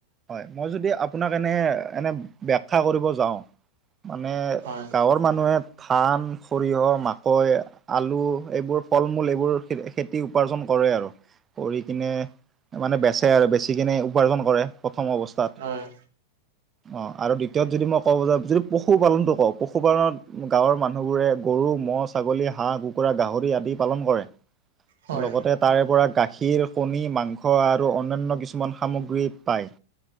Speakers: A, on the right; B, on the right.
A: হয় মই যদি আপোনাক এনেই এনেই ব্যখ্যা কৰিব যাওঁ। মানে
B: হয়
A: গাঁৱৰ মানুহে ধান সৰিয়হ, মাকৈ, আলু এইবোৰ ফল মূল এইবোৰ খে তি উপাৰ্জন কৰে আৰু, কৰি কিনে মানে বেচে আৰু বেচিকিনে উপাৰ্জন কৰে। প্ৰথম অৱস্থাত।
B: হয়
A: অঁ আৰু দ্বিতীয়ত যদি মই কওঁ যে যদি পশুপালনটো কওঁ পশুপালনত গাঁৱৰ মানুহবোৰে গৰু, ম'হ, ছাগলী হাঁহ, কুকুৰা, গাহৰি আদি পালন কৰে
B: হয়
A: লগতে তাৰে পৰা গাখীৰ কণী মাংস আৰু অন্যান্য কিছুমান সামগ্ৰী পায়।